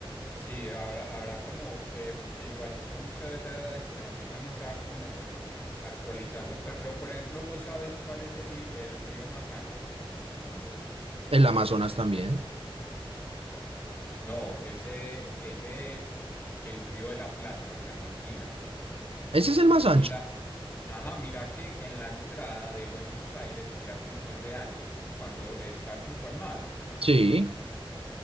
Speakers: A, on the left (about 20°); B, on the right (about 80°).
A: Sí, habrá, habrá como que, porque igual mucha de esa información también se va como actualizando, pero por ejemplo, ¿vos sabés cuál es el, li- el río más ancho del mundo?
B: El Amazonas también.
A: No, ese, ese es el río de la Plata en Argentina.
B: Ese es el más ancho.
A: Mira, ajá, mira que en la entrada de Buenos Aires, mira cómo es de ancho cuando está junto al mar.
B: Sí.